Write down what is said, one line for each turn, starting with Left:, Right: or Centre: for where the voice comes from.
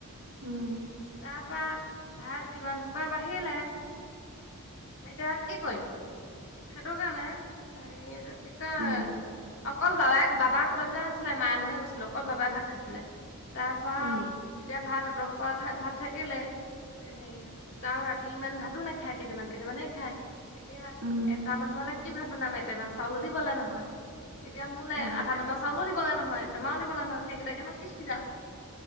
Right: উম।
Left: তাপা ভাত যিমান সোপা বাঢ়িলে, এতিয়া কি কৰিম? সেইটো কাৰণে, হেৰী এইটো কি কয়
Right: উম উম
Left: অকল বাবাই বাবা ক'বালে যোৱা নাছিলে মায়ে মহহে গৈছিলেো, অকল বাবাই ভাত খাইছিলে। তাৰ পৰা,
Right: উম,
Left: এতিয়া ভাত অত সোপা ভাত থাকিলে। হেৰি আৰু ৰাতি ইমান ভাতো নাখায়, কেতেমান কেতেমানে খায়। এতিয়া
Right: উম,
Left: এটা মানুহলে কি ভাত বনাম? এটেমা চাউলো দিবলে নহয়। এতিয়া মোলে
Right: অ
Left: আধা টেমা চাউলো দিবলে নহয়। টেমাও দিবলে নহয় সেইকেইটাকেনো কি সিজাম?